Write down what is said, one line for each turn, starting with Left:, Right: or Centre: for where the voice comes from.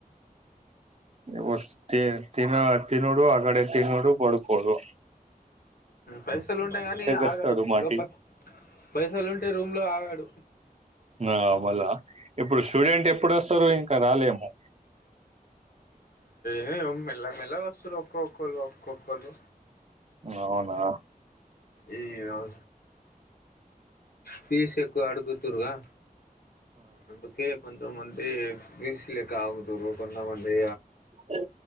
Right: వ తిన తినడు ఆగడ తిన్నోడు బడుకోడు
Left: పైసలు ఉంటేయి గాని
Right: వస్తాడు
Left: ఆగాడు
Right: మాటి
Left: లోపల పైసలు ఉంటే రూమ్ లో ఆగాడు
Right: ఆ అ మళ్ళ ఇప్పుడు స్టూడెంట్ ఎప్పుడు స్తారు ఇంకా రాలేము
Left: ఏ మెలా మెలా వస్తు ర ఒక్క ఒక్కలు ఒక్క ఒక్కలు
Right: అవునా
Left: ఈ అవు ఫీజు ఎక్కువ అడుగుతుర గా అందు కేేక్ కొంత మ ఏ బీస్ లేక అవుతూరు కొన్నామంది
Right: ఓే